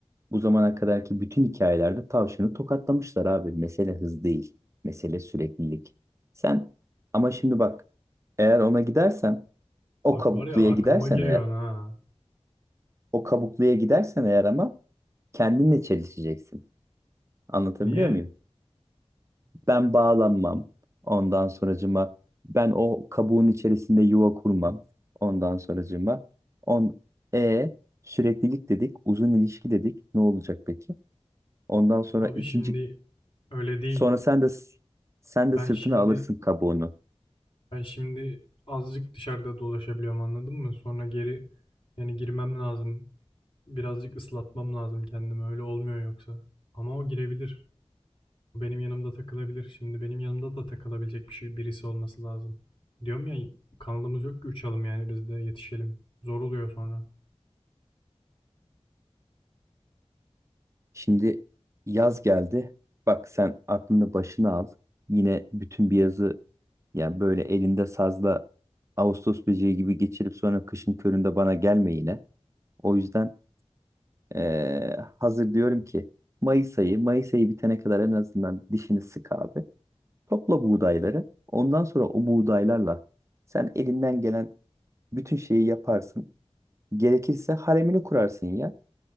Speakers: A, on the right; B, on the left.
A: bu zamana kadarki bütün hikayelerde tavşanı tokatlamışlar abi. Mesele hız değil. Mesele süreklilik. Sen ama şimdi bak eğer ona gidersen o
B: Bak
A: kabukluya
B: var ya aklıma
A: gidersen
B: giriyor
A: eğer
B: ha.
A: o kabukluya gidersen eğer ama kendinle çelişeceksin. Anlatabiliyor
B: Niye?
A: muyum? Ben bağlanmam. Ondan sonracıma ben o kabuğun içerisinde yuva kurmam. Ondan sonracıma on e süreklilik dedik, uzun ilişki dedik. Ne olacak peki? Ondan sonra
B: Abi
A: ikinci
B: şimdi öyle değil.
A: sonra sen de sen
B: Ben
A: de sırtına
B: şimdi
A: alırsın kabuğunu.
B: ben şimdi azıcık dışarıda dolaşabiliyorum anladın mı? Sonra geri yani girmem lazım. Birazcık ıslatmam lazım kendimi. Öyle olmuyor yoksa. Ama o girebilir. Benim yanımda takılabilir. Şimdi benim yanımda da takılabilecek bir şey birisi olması lazım. Diyorum ya kanalımız yok ki uçalım yani biz de yetişelim. Zor oluyor sonra.
A: Şimdi yaz geldi. Bak sen aklını başına al. Yine bütün bir yazı yani böyle elinde sazla Ağustos böceği gibi geçirip sonra kışın köründe bana gelme yine. O yüzden Ee, hazır diyorum ki Mayıs ayı, Mayıs ayı bitene kadar en azından dişini sık abi. Topla buğdayları. Ondan sonra o buğdaylarla sen elinden gelen bütün şeyi yaparsın. Gerekirse haremini kurarsın ya.